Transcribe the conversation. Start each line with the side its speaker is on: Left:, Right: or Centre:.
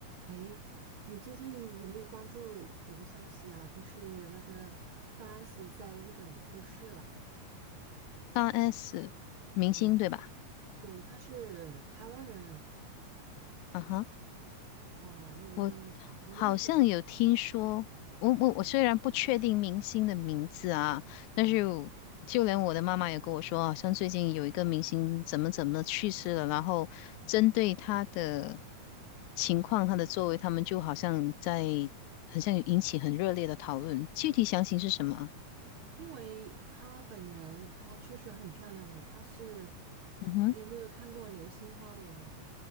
Right: 哎，你最近有没有关注有个消息啊？就是那个大 S 在日本过世了。
Left: 八 S 明星对吧？
Right: 对对，她是台湾人
Left: 啊哈，
Right: 啊，你你你认识的
Left: 我好像有听说，我我我虽然不确定明星的名字啊，
Right: 啊？
Left: 但是我就连我的妈妈也跟我说，好像最近有一个明星怎么怎么去世了，然后针对他的情况、他的作为，他们就好像在好像有引起很热烈的讨论，具体详情是什么啊
Right: 因为她本人她确实很漂亮的，她是
Left: 嗯哼，
Right: 你有没有看过《流星花园》？